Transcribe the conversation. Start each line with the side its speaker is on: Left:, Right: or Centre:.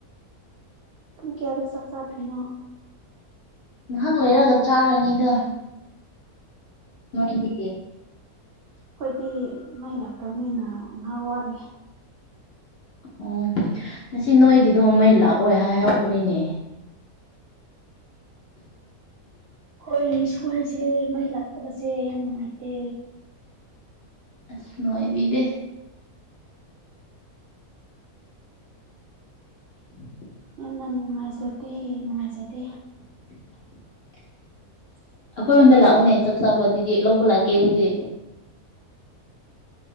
Right: ꯄꯨꯡ ꯀꯌꯥꯗ ꯆꯥꯛ ꯆꯥꯗꯣꯏꯅꯣ
Left: ꯅꯍꯥꯛ ꯂꯩꯔꯒ ꯆꯥꯔꯅꯤꯗ ꯅꯣꯏꯒꯤ
Right: ꯍꯣꯏꯗꯤ ꯃꯩ ꯂꯥꯛꯇꯕꯅꯤꯅ ꯉꯍꯥꯛ ꯋꯥꯠꯂꯤ
Left: ꯑꯣ ꯉꯁꯤ ꯅꯣꯏꯒꯤꯗꯣ ꯃꯩ ꯂꯥꯛꯂꯣꯏ ꯍꯥꯏꯍꯧꯕꯅꯤꯅꯦ <unintelligible>
Right: ꯑꯈꯣꯏ ꯁ꯭ꯋꯥꯏꯁꯦ ꯃꯩ ꯂꯥꯛꯇꯕꯁꯦ ꯌꯥꯝ ꯅꯨꯡꯉꯥꯏꯇꯦ
Left: ꯑꯁ ꯅꯨꯡꯉꯥꯏꯕꯤꯗꯦ <unintelligible>
Right: ꯌꯥꯝꯅ ꯅꯨꯡꯉꯥꯏꯖꯗꯦ ꯅꯨꯡꯉꯥꯏꯖꯗꯦ
Left: <unintelligible> ꯑꯈꯣꯏꯔꯣꯝꯗ ꯂꯥꯛꯎꯅꯦ ꯆꯥꯛ ꯆꯥꯕ ꯑꯗꯨꯗꯤ ꯂꯧꯕ ꯂꯥꯛꯀꯦ ꯍꯨꯖꯤꯛ